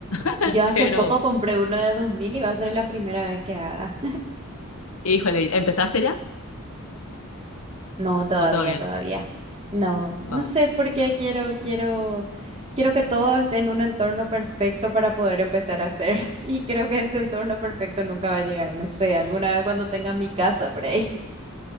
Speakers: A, on the left; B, on the right.
A: <laughs>
B: Yo hace
A: Pero,
B: poco compré uno de 2000 y va a ser la primera vez que haga.
A: híjole, ¿empezaste ya
B: No, todavía,
A: o todavía
B: todavía.
A: no?
B: No,
A: Wow.
B: no sé por qué quiero, quiero, quiero que todo esté en un entorno perfecto para poder empezar a hacer. <laughs> Y creo que ese entorno perfecto nunca va a llegar. No sé, alguna vez cuando tenga mi casa por ahí.